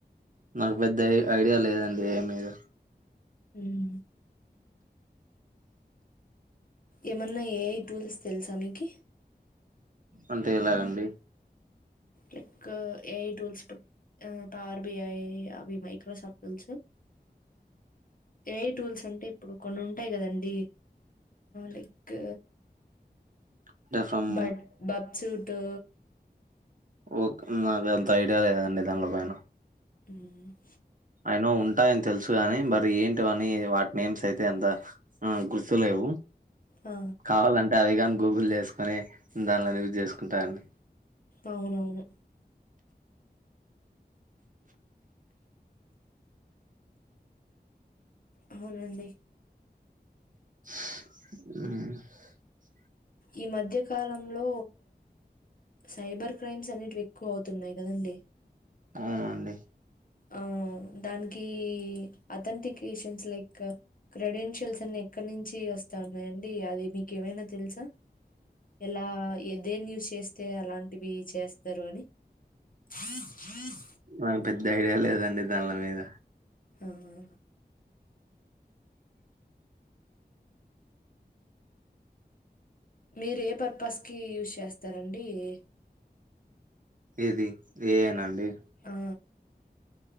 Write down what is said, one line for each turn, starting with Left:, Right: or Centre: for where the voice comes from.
Right: నాకు పెద్ద ఐడియా లేదండి దేని మీద
Left: ఉహు ఏమన్నా ఏ ఐ టూల్స్ తెలుసా మీకి
Right: అంటే ఎలాగండి
Left: లైక్ ఏఐ టూల్స్ ఇప్పుడు ఆ పావర్ బిఐ అవి మైక్రోసాఫట్స్ తేలుసుగా ఏఐ టూల్స్ అంటే ఇప్పుడు కొన్ని ఉంటాయి కదండి లైక్
Right: అంటే ఫ్రమ్
Left: బట్ బబ్ సూటు
Right: ఓకే నాకు అంత ఐడియా లేదండి దాంట్లో పైన
Left: మ్
Right: ఐ నో ఉంటాయని తెలుసుగాని మరి ఏంటి అని వాటిని నేమ్స్ అయితే అంత గుర్ గుర్తు లేవు
Left: ఆ
Right: కావాలంటే అవి గాని గూగుల్ చేసుకొని దానిలోనే ఇవి చేసుకుంటా అండి
Left: అవునవును అవునండి
Right: ఉ
Left: ఈ మధ్య కాలంలో సైబర్ క్రైమ్స్ అనేటివి ఎక్కువ అవుతున్నాయి కదండి
Right: అవునండి
Left: ఆ దానికి అథెంటికేషన్స్ లైక్ క్రెడెన్షియల్స్ అన్ని ఎక్కడి నుంచి వస్ స్తా ఉన్నాయండి అది మీకె ఏమైనా తెలుసా ఎలా ఏ దేని యూస్ చేస్తే అలాంటివి చేస్తారు అని చీస్ చీస్
Right: నాక్ పెద్ద ఐడియా లేదండి దాన్ ల మీద
Left: ఆఆ మీరు ఏ పర్పస్కి యూస్ చేస్తారండి ఇ
Right: ఇది ఫ్రీఏనాండి
Left: ఆ